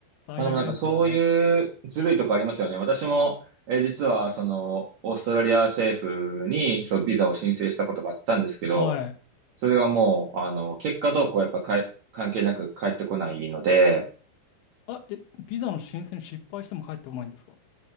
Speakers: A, on the left; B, on the right.
A: 最悪ですよね。
B: まあでもなんかそういうずるいとこありますよね。私も、えー実はその、オーストラリア政府にそう、ビザを申請したことがあったんですけど、
A: はい。
B: それがもう、あの、結果どうこうやっぱかい関係なく返ってこないので、
A: あ、え、ビザの申請に失敗しても帰ってこないんですか